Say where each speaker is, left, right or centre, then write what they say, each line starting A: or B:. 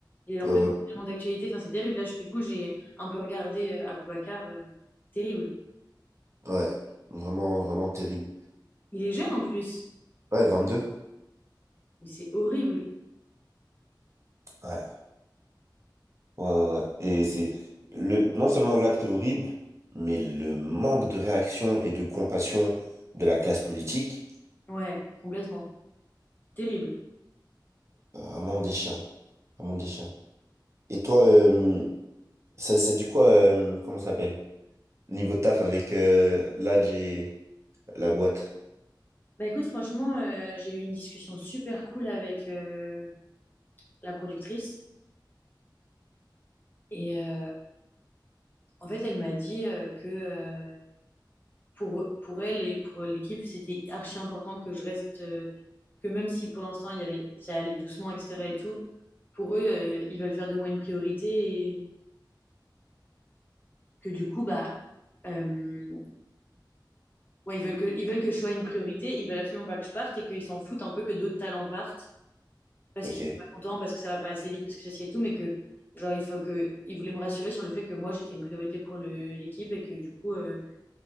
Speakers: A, on the left (about 25°); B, on the right (about 35°).
A: Et en plus,
B: ouais.
A: c'est tellement d'actualité, enfin, c'est terrible. Là, je- du coup, j'ai un peu regardé euh, Aboubacar, euh, terrible.
B: Ouais, vraiment, vraiment terrible.
A: Il est jeune en plus,
B: Ouais, vingt deux
A: mais c'est horrible.
B: ouais, ouais. ouais. Et c'est le, non seulement l'acte horrible, mais le manque de réaction et de compassion de la classe politique,
A: Ouais, complètement. Terrible.
B: euh, vraiment des chiens. Vraiment des chiens. Et toi, euh, ça, ça du quoi, euh, comment ça s'appelle? Niveau taf avec euh, l'Adj et la boîte.
A: Bah écoute, franchement, euh, j'ai eu une discussion super cool avec euh, la productrice. Et euh, en fait, elle m'a dit euh, que euh, pour, pour elle et pour l'équipe, c'était archi important que je reste, euh, que même si pour l'instant, il y avait, ça allait doucement, etc. et tout, pour eux, euh, ils veulent faire de moi une priorité et que du coup, bah. euh, ouais, ils veulent que, ils veulent que je sois une priorité, ils veulent absolument pas que je parte et qu'ils s'en foutent un peu que d'autres talents partent parce
B: Ok.
A: qu'ils sont pas contents, parce que ça va pas assez vite, parce que ceci et tout, mais que genre il faut que ils voulaient me rassurer sur le fait que moi j'étais une priorité pour le- l'équipe et que du coup euh,